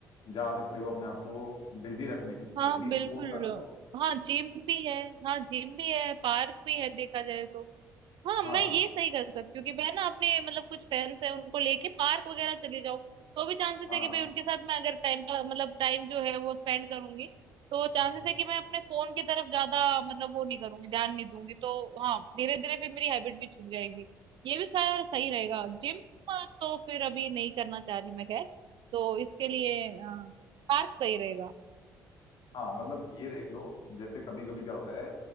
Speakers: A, on the left (about 60°); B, on the right (about 60°).
A: जा सकते हो अपने आप को बिजी रखने के लिए
B: हाँ
A: एटलीस्ट
B: बिल्कुल
A: फोन ना चलाओ
B: हाँ जिम भी है हाँ जिम भी है पार्क भी है देखा जाए तो हाँ
A: हाँ
B: मैं ये सही कर सकती हूँ कि मैं ना अपने मतलब कुछ फ्रेंड्स है उनको लेके पार्क वगैरह चली जाऊँ तो भी चांसेस
A: हाँ
B: है कि भाई उनके साथ मैं अगर टाइम का मतलब टाइम जो है वो स्पेंड करूंगी तो चांसेस
A: हम्म।
B: है कि मैं अपने फोन की तरफ ज्यादा मतलब वो नहीं करूंगी ध्यान नहीं दूंगी तो हाँ धीरे धीरे फिर मेरी हैबिट भी छूट जाएगी ये भी खैर सही रहेगा जिम तो फिर अभी नहीं करना चाह रही मैं खैर तो इसके लिए हाँ, पार्क सही रहेगा
A: हाँ मतलब ये देख लो जैसे कभी कभी क्या होता है